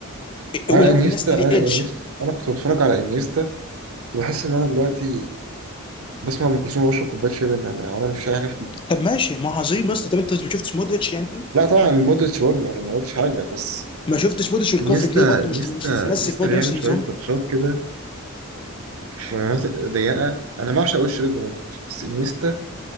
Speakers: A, on the right (about 80°); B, on the left (about 25°).
A: انا
B: ولو
A: انيستا
B: انيستا
A: انا
B: ليه ايدج
A: انيستا انا كنت بتفرج على انيستا كنت بحس ان انا دلوقتي بسمع ام كلثوم وبشرب كوبايه شاي بالنعناع وانا مش شايل حاجه في ايدي
B: طب ماشي ما عظيم بس طب انت ما شفتش مودريتش يعني
A: لا طبعا مودريتش برضه انا ما قلتش حاجه بس
B: ما شفتش مودريتش والكوفيج
A: انيستا
B: ليه برضه
A: انيستا
B: مش مش بتتمسك
A: انيستا
B: برضه
A: بيعمل
B: نفس النظام
A: شويه تاتشات كده في مناطق ضيقه انا بعشق وش رجل مودريتش بس انيستا